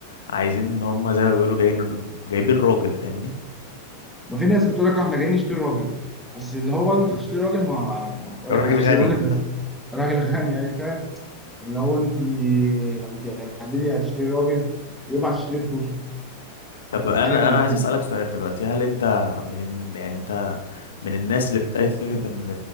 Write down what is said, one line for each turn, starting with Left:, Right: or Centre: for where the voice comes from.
Left: عايزين إن هما زي ما بيقولوا جايين جايبين راجل فاهمني
Centre: ما في ناس بتقول لك اه احنا جايين نشتري راجل بس اللي هو برضه انت هتشتري راجل ما بقول
Left: راجل
Centre: لك انا هشتري
Left: غني
Centre: راجل بس راجل غني يعني فاهم اللي هو انت ما انت هتحددي هتشتري راجل يبقى هتشتري فلوسه
Left: طب انا
Centre: حاجه من
Left: انا
Centre: الاثنين
Left: عايز اسالك سؤال دلوقتي هل انت من ال- يعني انت من الناس اللي بتأيد فكره ان